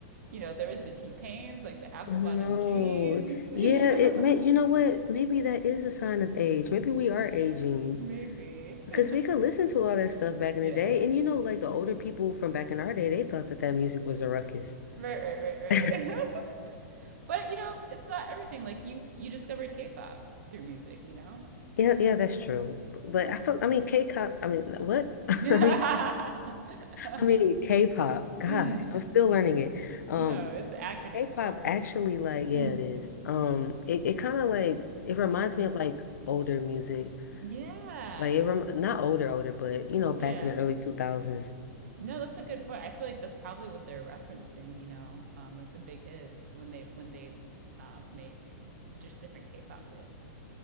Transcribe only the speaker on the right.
you know, there was the T-Pains, like the apple
bottom jeans,
<laughs> you know?
Ye
maybe.
<laughs>
Yeah.
Right, right, right,
right. <laughs> But, you know, it's not everything, like, you you discovered K-pop through music, you know?
<laughs>
Mm.
No,
it's an acronym,
it's hard.
Mm.
Yeah.
Yeah.
No, that's a good point. I feel like that's probably what they're referencing, you know, um, like the big hits when they when they um, make just different K-pop hits.